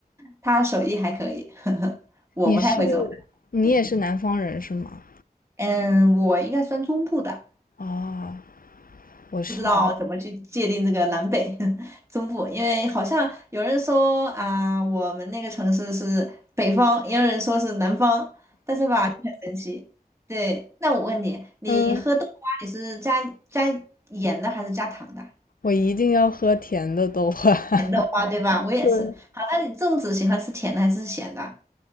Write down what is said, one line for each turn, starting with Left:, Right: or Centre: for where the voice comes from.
Right: 她手艺还可以，<laughs> 我不太会做饭。
Left: 你嗯是你也是南方人是吗？
Right: 对，嗯，我应该算中部的。
Left: 啊，我是南，
Right: 不知道怎么去界定这个南北 <laughs> 中部，因为好像有人说啊、我们那个城市是北方，也有人说是南方，但是吧，就很神奇。对，那我问你，你喝豆花你是加加盐的还是加糖的？
Left: 嗯，我一定要喝甜的豆花。<laughs>
Right: 甜豆花对吧？我也是。
Left: 对，
Right: 好，那你粽子喜欢吃甜的还是咸的？